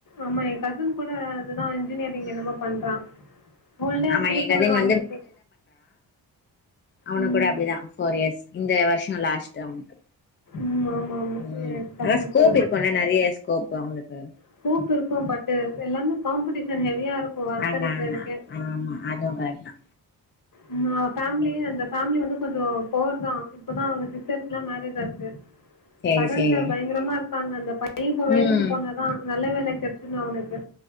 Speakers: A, on the left; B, on the left.
A: ஆமா என் கசின் கூட அதுதா இன்ஜினியரிங்
B: ம்
A: என்னமோ பண்றான் ஃபுல்டே
B: ஆமா
A: அப்படியே
B: என்
A: போயிடு
B: கசின்
A: அவனுக்கு
B: அவனுகா
A: ம்
B: கூட அப்டிதா ஃபோர் இயர்ஸ் இந்த வருஷோ லாஸ்ட் அவனுக்கு
A: ம் ஆமா ஆமா
B: ம்
A: என் கசின்
B: ஆனா ஸ்கோப்
A: கூடதா
B: இருக்கும்ல நறைய ஸ்கோப் அவுங்களுக்கு
A: ஸ்கோப் இருக்கு பட் எல்லாமே காம்படிஷன் ஹெவியா க்கும் வர்க்
B: ஆமா
A: கடைக்கறதுக்கே
B: ஆமா ஆமா அதுவு கரெக்ட் தா
A: அம்மா ஃபேமிலி
B: ம்
A: அந்த ஃபேமிலி வந்து கொஞ்சோ போர் தான் இப்போதான் அவஙங்க சிஸ்டருக்கு எல்லா மேரேஜ் ஆச்சு
B: சேரி
A: கடன்ல
B: சேரி
A: பயங்கரமா இரு ப்பாங்க அந்த பையன் இப்ப வேலைக்கு
B: ம்
A: போனாதா நல்ல வேல கிடைச்சுண்ணா அவ்னுக்கு